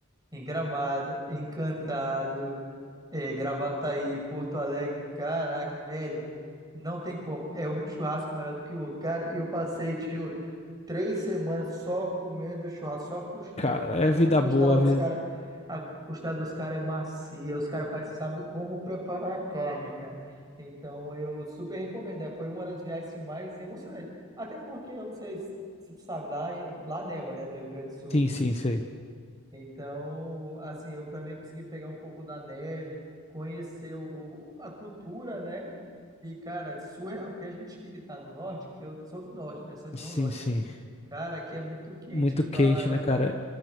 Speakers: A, on the right; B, on the left.
A: em Gramado, Encantado, eh, Gravataí, Porto Alegre, caraca, velho, não tem como, é um churrasco melhor do que o outro. Cara, eu passei, te juro. três semanas só comendo churrasco, só costela,
B: Cara,
A: cara.
B: é
A: Porque
B: vida
A: costela
B: boa,
A: dos
B: vida...
A: caras, a costela dos caras é macia, os caras parecem sabe como preparar a carne, cara. Então eu super recomendo, né? Foi uma das viagens mais emocionantes. Até porque eu não sei se se tu sabe, lá, em- lá neva, né, no Rio Grande do Sul.
B: Sim, sim, sei.
A: Então, assim, eu também consegui pegar um pouco da neve, conhecer o, a cultura, né? E, cara, é surreal, porque a gente que que tá no norte, que eu sou do norte, né? Sou de
B: Sim,
A: Rondônia.
B: sim.
A: Cara, aqui é muito quente,
B: Muito
A: ir pra
B: quente,
A: lá é outra.
B: né, cara?